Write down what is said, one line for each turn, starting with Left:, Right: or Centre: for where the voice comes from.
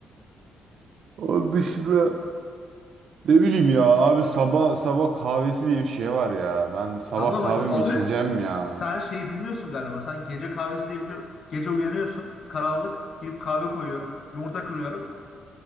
Right: Onun dışında ne bileyim ya abi sabah sabah kahvesi diye bir şey var ya. Ben sabah
Left: Tamam
Right: kahvemi
Left: ama abi
Right: içeceğim ya.
Left: sen şeyi bilmiyorsun galiba. Sen gece kahvesi diye bir şey. Gece uyanıyorsun. Karanlık. Girip kahve koyuyorum. Yumurta kırıyorum.